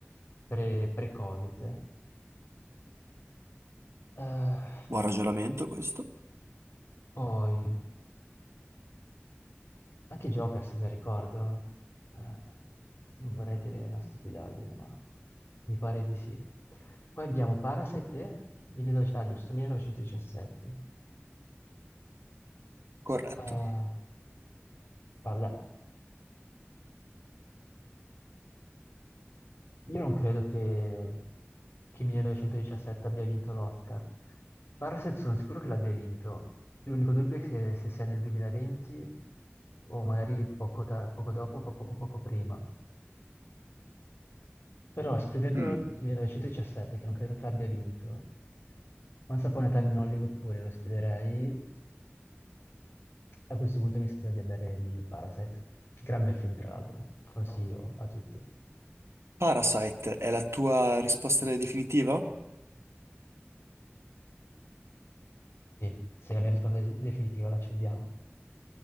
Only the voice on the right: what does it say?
Buon ragionamento questo.
Corretto.
Mm.
Parasite è la tua risposta definitiva?